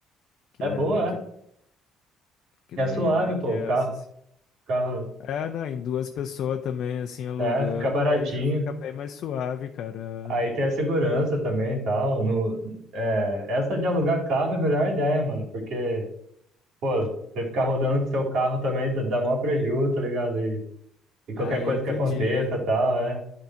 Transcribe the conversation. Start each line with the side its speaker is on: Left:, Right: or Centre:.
Left: que
Right: é
Left: é,
Right: boa,
Left: que, que
Right: é.
Left: daí
Right: É suave,
Left: é meio
Right: pô,
Left: que essa,
Right: o carro,
Left: assim.
Right: o carro,
Left: É, não, em duas pessoas também, assim, alugando,
Right: é, fica baratinho.
Left: daí já fica bem mais suave, cara.
Right: Aí tem a segurança também e tal. No, é, essa de alugar carro é a melhor ideia, mano, porque Pô, você ficar rodando com seu carro também tá- dá maior prejuízo, tá ligado? E, e qualquer
Left: Ah,
Right: coisa
Left: eu que
Right: que aconteça,
Left: o diga,
Right: tal, é.